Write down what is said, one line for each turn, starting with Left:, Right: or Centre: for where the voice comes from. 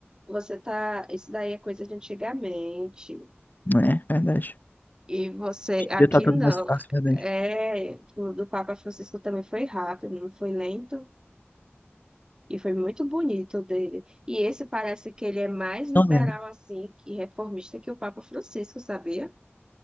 Right: você tá, isso daí é coisa de antigamente.
Left: É, verdade.
Right: E você,
Left: Hoje
Right: aqui
Left: em dia tá tudo
Right: não.
Left: mais fácil, verdade.
Right: É, o do Papa Francisco também foi rápido, não foi lento. E foi muito bonito o dele. E esse parece que ele é mais liberal
Left: Não lembro.
Right: assim e reformista que o Papa Francisco, sabia?